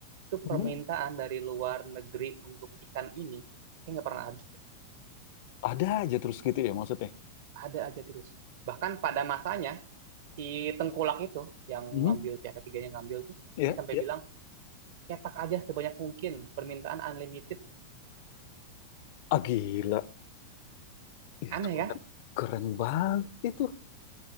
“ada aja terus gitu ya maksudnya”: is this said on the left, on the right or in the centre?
Left